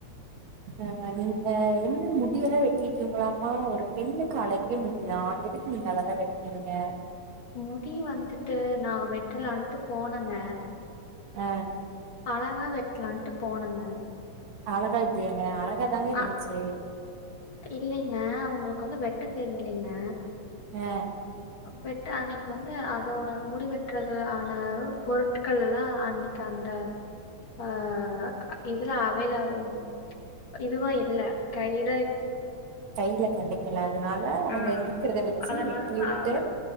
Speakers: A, on the right (about 70°); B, on the left (about 50°).
A: ஆ நீங்க என்ன முடி எல்லா வெட்டிட்டீங்களாமா ஒரு பெண்ணுக்கு அழகே முடிதா எதுக்கு எதுக்கு நீங்க அதெல்லா வெட்டு நீங்க
B: முடி வந்துட்டு நா வெட்டலாண்டு போனங்க
A: ஆ
B: அழகா வெட்டலான்ட்டு போனங்க
A: அழகா இல்லையாங்க அழகாதாங்க இருந்துச்சு
B: அ இல்லைங்க அவங்களுக்கு வந்து வெட்ட தெரியலைங்க
A: ஆ
B: வெட் அன்னைக்கு வந்து அதோட முடிவெற்றது ஆன பொருட் பொருட்கள் எல்லா அன்னைக்கு அந்த ஆ இதுலா அவையல் ஆ இருந்து இதுவ இல்ல கைல
A: கையில கடைக்கில அதனால அவங்க
B: ஆ.
A: இருக்கிறத வச்சு
B: அதனால
A: வெட்டி விட்டு
B: அத